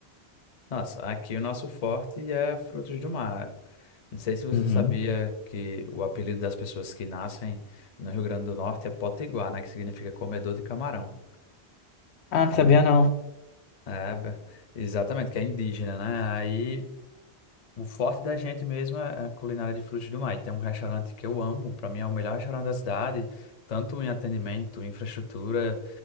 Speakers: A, on the left; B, on the left.
A: nossa, aqui o nosso forte é frutos do mar. Não sei se você
B: Uhum.
A: sabia que o apelido das pessoas que nascem no Rio Grande do Norte é Potiguar, né? Que significa comedor de camarão.
B: Ah, não
A: Hum,
B: sabia não.
A: É, be- exatamente, que é indígena, né? Aí o forte da gente mesmo é é a culinária de frutos do mar. E tem um restaurante que eu amo, para mim é o melhor restaurante da cidade, tanto em atendimento, infraestrutura